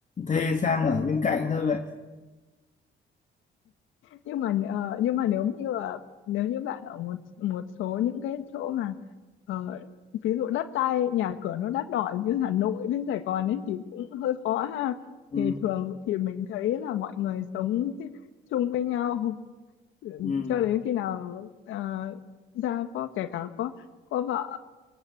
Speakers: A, on the left; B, on the left.
A: thuê sang ở bên cạnh thôi vậy
B: nhưng mà ờ, nhưng mà nếu như là nếu như bạn ở một một số những cái chỗ mà ờ, ví dụ đất đai nhà cửa nó đắt đỏ như Hà Nội với Sài Gòn ấy thì cũng hơi khó ha
A: Ừm,
B: thì thường thì mình thấy là mọi người sống <laughs> chung với nhau
A: ừm,
B: cho đến khi nào ờ, ra có kể cả có có vợ